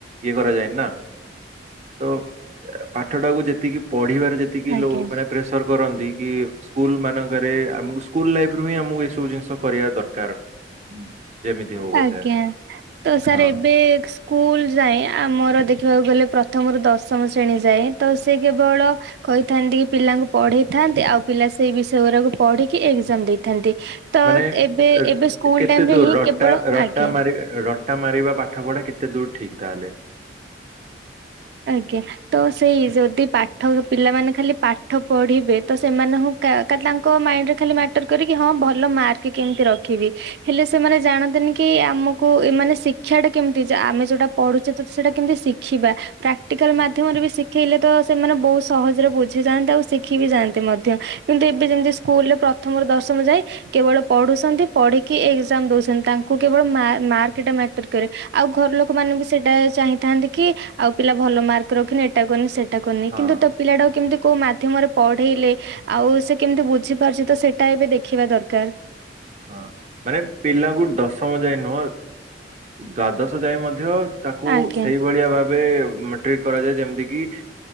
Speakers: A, on the right; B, on the right.
A: ଇଏ କରାଯାଏ ନି ନା ତ ପାଠଟାକୁ ଯେତିକି ପଢିବାରେ ଯେତିକି
B: ଆଜ୍ଞା
A: ମାନେ ପ୍ରେସର କରନ୍ତି କି ସ୍କୁଲ ମାନଙ୍କରେ ଆମ ସ୍ଲଲ ଲାଇଫରୁ ହିଁ ଆ ଜିନିଷ କରିବା ଦରକାର। ଯେମିତି ହଉ ପଛେ
B: ଆଜ୍ଞା ତ ସାର୍
A: ହଁ।
B: ଏବେ ସ୍କୁଲ ଯାଏ ଆମର ଦେଖିବାକୁ ଗଲେ ପ୍ରଥମରୁ ଦଶମ ଶ୍ରେଣୀ ଯାଏଁ ତ ସେ କେବଳ କହିଥାନ୍ତି କି ପିଲାଙ୍କୁ ପଢେଇଥାନ୍ତି ଆଉ ପିଲା ସେଇ ବିଷୟ ଗୁଡାକୁ ପଢିକି ଏକ୍ଜାମ ଦେଇଥାନ୍ତି। ତ
A: ମାନେ
B: ଏବେ
A: ଅ,
B: ଏବେ ସ୍କୁଲ
A: କେତେ
B: ଟାଇମ
A: ଦୂର
B: ରେ ହିଁ କେବଳ
A: ରଟା ରଟା
B: ଆଜ୍ଞା
A: ମାର ରଟା ମାରିବା ପାଠ ପଢା କେତେ ଦୂର ଠିକ୍ ତାହେଲେ?
B: ଆଜ୍ଞା ତ ସେଇ ଯଦି ପାଠ ପିଲାମାନେ ଖାଲି ପାଠ ପଢିବେ। ତ ସେମାନଙ୍କୁ ତାଙ୍କ ମାଇଣ୍ଡରେ ଖାଲି ମାଟର କରେକି ହଁ ଭଲ ମାର୍କ କେମିତି ରଖିବି। ହେଲେ ସେମାନେ ଜାଣନ୍ତିନି କି ଆମକୁ ଏ ମାନେ ଶିକ୍ଷା ଟା କେମିତି ଆମେ ଯୋଉଟା ପଢୁଛେ ଯେ ସେଟା କେମିତି ଶିଖିବା। ପ୍ରାକ୍ଟିକାଲ ମାଧ୍ୟମରେ ବି ଶି ଖିଲେ ତ ସେମାନେ ବହୁତ ସହଜରେ ବୁଝି ଯାଆନ୍ତେ। ଆଉ ଶିଖି ବି ଯାଆନ୍ତେ ମଧ୍ୟ। କିନ୍ତୁ ଏବେ ଯେମିତି ସ୍କୁଲରେ ପ୍ର ପ୍ରଥମରୁ ଦଶମ ଯାଇଁ କେବଳ ପଢୁଛନ୍ତି। ପଢିକି ଏକ୍ଜାମ ଦଉଛନ୍ତି। ତାଙ୍କୁ କୁ କେବଳ ମା ମାର୍କ ଟା ମ୍ୟାଟର୍ କରେ। ଆଉ ଘର ଲୋକ ମାନେ ବି ସେଇଟା ଚାହିଁଥାନ୍ତି କି ଆଉ ପିଲା ଭଲ ମାର୍କ ରଖିନି। ଏଟା କରିନି ସେଇଟା କରିନି।
A: ହଁ
B: କିନ୍ତୁ ତ ପିଲାଟାକୁ କେମିତି କୋଉ ମାଧ୍ୟମରେ ପଢେଇଲେ ଆଉ ସେ କେମିତି ବୁଝିପାରୁଛି। ତ ସେଇଟା ଏବେ ଦେଖିବା ଦରକାର।
A: ହଁ ମାନେ ପିଲାଙ୍କୁ ଦଶମ ଯାଏ ନୁହଁ। ଦ୍ଵାଦଶ ଯାଏ ମଧ୍ୟ ତାକୁ
B: ଆଜ୍ଞା
A: ସେଇଭଳିଆ ଭାବେ ଟ୍ରିଟ କରାଯାଏ। ଯେମତି କି